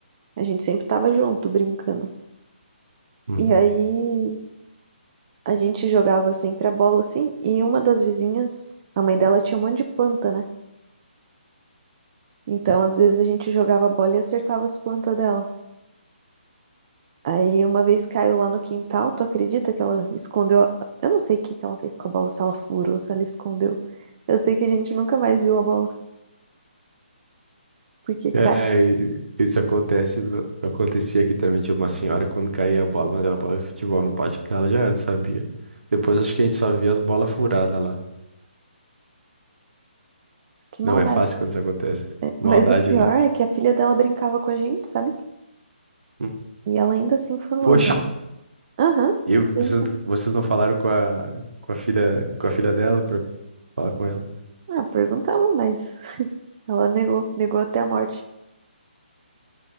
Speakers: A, on the right (about 35°); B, on the right (about 80°).
A: a gente sempre tava junto, brincando.
B: Uhum.
A: E aí a gente jogava sempre a bola, assim, e uma das vizinhas, a mãe dela tinha um monte de planta, né? Então às vezes a gente jogava a bola e acertava as plantas dela. Aí uma vez caiu lá no quintal, tu acredita que ela escondeu? a- Eu não sei o que que ela fez com a bola, se ela furou, se ela escondeu. Eu sei que a gente nunca mais viu a bola, porque
B: É,
A: caiu.
B: e- isso acontece, acontecia aqui também, tinha uma senhora quando caía a bola, mas era bola de futebol no pátio dela, já era, sabia? Depois acho que a gente só via as bolas furadas lá.
A: Que
B: Não
A: maldade.
B: é fácil quando isso acontece.
A: É,
B: Maldade,
A: Mas o pior
B: né?
A: é que a filha dela brincava com a gente, sabe?
B: Hum.
A: E ela ainda assim furou
B: Poxa,
A: a bola. Aham,
B: e vocês,
A: pois é.
B: vocês não falaram com a, com a filha, com a filha dela pra falar com ela?
A: Ah, perguntamos, mas <laughs> ela negou, negou até a morte.